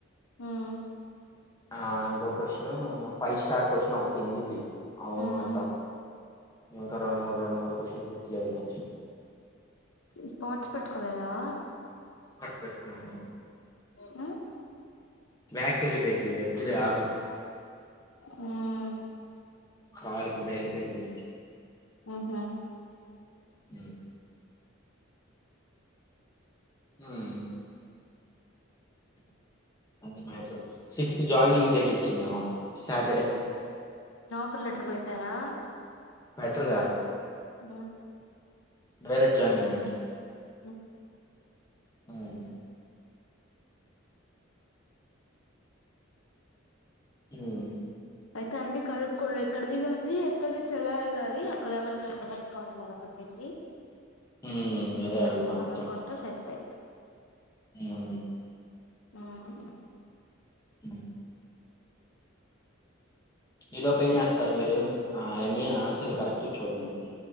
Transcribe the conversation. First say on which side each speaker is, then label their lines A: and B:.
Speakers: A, on the left; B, on the left.
A: మ్మ్
B: ఆ ఇంకొ కొస్ <unintelligible> ఫైవ్ స్టార్ కొసిన్ ఒకటున్డిద్ది అవును
A: మ్మ్
B: అంటాం ఇంకా రొండుమూర్ రొండుమూడ్ కొసిన్కిట్లే ఏమో
A: స్పాట్స్ పెట్టుకోలేదా
B: పార్ట్స్ పెట్కున్నాను
A: మ్మ్
B: బ్యాక్కెళ్ళిపోయిద్ది వొద్దులే ఆగు
A: మ్మ్
B: కాలుకి బైలుపెడ్దును
A: మ్మ్ హు
B: హ్మ్ హ్మ్ అది మ్యాటరు సిక్స్త్ జాయినింగ్ డేట్ ఇచ్చిందామా సాటర్డే
A: ఆఫర్ లెటర్ పెట్టారా
B: పెట్టరుగా
A: హ్మ్
B: డైరెక్ట్ జాయినింగ్ అంట
A: హ్మ్
B: హ్మ్ హ్మ్
A: అయితే అండి కనుక్కోండి ఎక్కడ దిగాలి, ఎక్కడి నుంచి ఎలా వెళ్ళాలి అక్కడ ఎవరు ఎవరి కి కాల్ చేయాలి అక్కడికి వెళ్ళి
B: హ్మ్ అదే అడుగుతా
A: అన్ని కనుక్కుంటే
B: మొత్తం
A: సరిపోయిద్ది
B: హ్మ్
A: హ్మ్
B: హ్మ్ ఈ లోపు ఏం చేస్తారు మీరు ఆ అవన్నీ ఆన్సర్లు కరెక్ట్ చూడండి అయితే